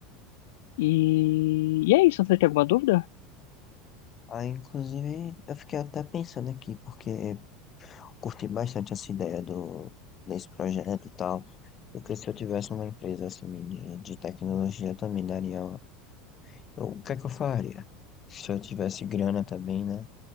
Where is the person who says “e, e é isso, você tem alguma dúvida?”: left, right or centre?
Left